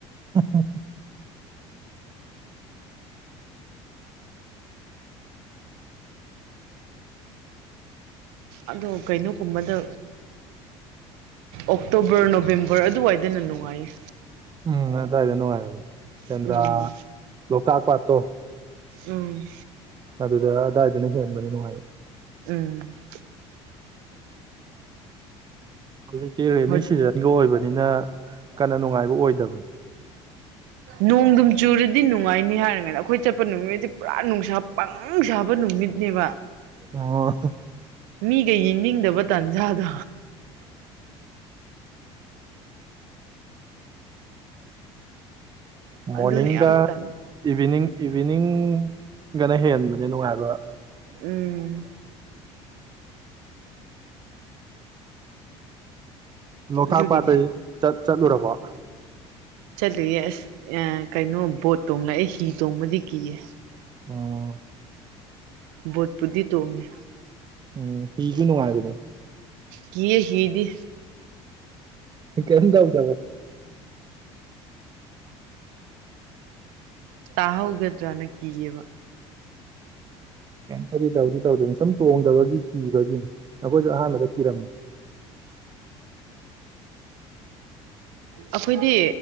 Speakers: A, on the right; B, on the right.
A: ꯎ
B: ꯑꯗꯣ ꯀꯩꯅꯣꯒꯨꯝꯕꯗ ꯑꯣꯛꯇꯣꯕꯔ ꯅꯣꯕꯦꯝꯕꯔ ꯑꯗꯨꯋꯥꯏꯗꯅ ꯅꯨꯡꯉꯥꯏꯌꯦ
A: ꯎ ꯇꯥꯏ ꯑꯗꯨꯅꯅꯨꯡꯉꯔ ꯆꯗ꯭ꯔꯥ
B: ꯎꯝ
A: ꯂ ꯀꯥꯛꯥꯛ ꯄꯠꯇꯣ
B: ꯎꯝ
A: ꯑꯗꯨꯒꯒ ꯑꯗꯨꯗꯥꯏꯗꯅ ꯍꯦꯟꯕꯅꯤꯅꯅꯨꯡ ꯃꯥ
B: ꯎꯝ
A: ꯍꯧꯖꯤꯛꯇꯤ ꯔꯦꯅꯤ
B: ꯍꯣꯏ
A: ꯁꯤꯖꯟꯒꯤ ꯑꯣꯏꯕꯅꯤꯅ ꯀꯟꯅ ꯅꯨꯡꯉꯥꯏꯕ ꯑꯣꯏꯗꯕꯅꯤ
B: ꯅꯣꯡꯗꯨꯝ ꯆꯨꯔꯗꯤ ꯅꯨꯡꯉꯥꯏꯅꯤ ꯍꯥꯏꯔꯒꯅ ꯑꯩꯈꯣꯏ ꯆꯠꯄ ꯅꯨꯃꯤꯠꯉꯩꯗꯤ ꯄꯨꯔꯥ ꯅꯨꯡꯁꯥ ꯄꯪ ꯁꯥꯕ ꯅꯨꯃꯤꯠꯅꯦꯕ
A: ꯑꯣ
B: ꯃꯤꯒ ꯌꯦꯡꯅꯤꯡꯗꯕ ꯇꯥꯟꯖꯥꯗꯣ
A: ꯃꯣꯅꯤꯡ
B: ꯑꯗꯨꯅ ꯌꯥꯝ ꯇꯜꯂꯦ
A: ꯏꯚꯅꯤꯡ ꯏꯚꯤꯅꯤꯡꯒꯅ ꯍꯦꯟꯕꯅꯦ ꯅꯨꯡꯉꯥꯏꯕ
B: ꯎꯝ
A: ꯂꯣꯛꯈꯥꯛ
B: ꯑꯗꯨꯒꯤꯅꯦ
A: ꯄꯥꯠꯇ ꯆꯠ ꯆꯠꯂꯨꯔꯕ
B: ꯆꯠꯂꯤꯨꯌꯦꯦ ꯑꯁ ꯀꯩꯅꯣ ꯕꯣꯠ ꯇꯣꯡꯂꯛꯑꯦ ꯍꯤ ꯇꯣꯡꯕꯗꯤ ꯀꯤꯌꯦ
A: ꯑꯣ
B: ꯕꯣꯠꯄꯨꯗꯤ ꯇꯣꯡꯉꯦ
A: ꯎꯝ ꯍꯤꯒꯤ ꯅꯨꯡꯉꯥꯏꯅꯦꯦ
B: ꯀ ꯍꯗꯤ
A: ꯀꯝ ꯊꯥꯎꯗ
B: ꯇꯥꯍꯧꯒꯗ꯭ꯔꯥꯅ ꯀꯤꯌꯦꯕ
A: ꯀꯩꯇꯗꯤ ꯇꯧꯗꯤ ꯇꯧꯗꯣꯏꯅꯤ ꯁꯨꯝ ꯇꯣꯡꯗꯕꯒꯤ ꯀꯤꯕꯒꯤꯅꯤ ꯅꯈꯣꯏꯁꯨ ꯑꯍꯥꯟꯕꯗ ꯀꯤꯔꯝꯃꯤ
B: ꯑꯩꯈꯣꯏꯗꯤ